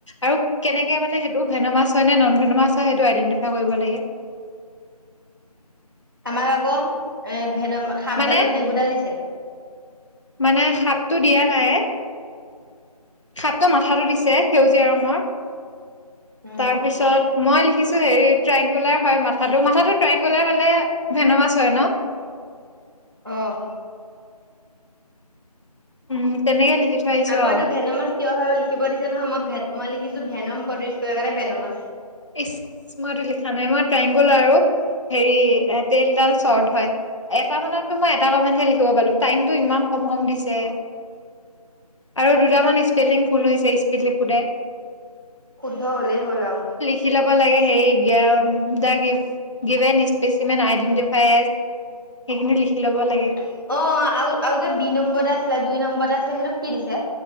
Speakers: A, on the left; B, on the right.
A: আৰু কেনেকে মানে সেইটো ভেন'মাছ হয় নে নন-ভেন'মাছ হয় সেইটো আইডেণ্টিফাই কৰিব লাগে,
B: আমাক আকৌ এ ভেনম-সাপডালৰ
A: মানে
B: নেগুডাল দিছে।
A: মানে সাপটো দিয়া নাই। সাপটো মাথাটো দিছে সেউজীয়া ৰঙৰ,
B: উম।
A: তাৰপিছত মই লি খিছো হেৰি ট্ৰায়ংগুলাৰ হয় মাথাটো। মাথাটো ট্ৰেংগুলাৰ হলে ভেন'মাছ হয় ন? <inaudible>
B: আহ।
A: উম, তেনেকে লিখি থৈ আহিছো
B: আকৌ এইটো
A: আৰু
B: ভেন'মাচ কিয় হয় লিখিব দিছে নহয়, ম ভে মই লিখিছো ভেনম প্ৰডিউচ কৰে কাৰণে ভেন'মাচ
A: ইচ! মইতো লিখা নাই মই ট্ৰাইংগল আৰু হেৰি, এ তেল ডাল চৰ্ট হয়। এটা মানত মই এটা কমেন্ট হে লিখিব পালো, টাইমতটো ইমান কম, কম দিছে আৰু দুটামান স্পেলিং ভুল হৈছে স্পীড লিখোঁতে
B: শুদ্ধ হলেই হ'ল আও।
A: খি ল'ব লাগে, হেৰি গে-আ the give given specimen identify S সেইখিনি লিখি ল'ব লাগে।
B: অ, আৰু-আৰু যে বি নম্বৰতে আছিলে দুই নম্বৰতে আছিলে সেইটো কি দিছে?